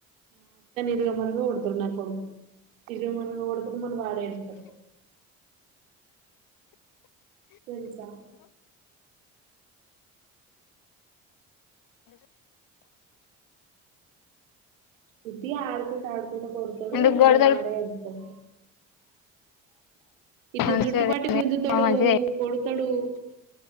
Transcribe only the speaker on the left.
ఎందుకు
గొడవలు
మంచోడే
మంచిదే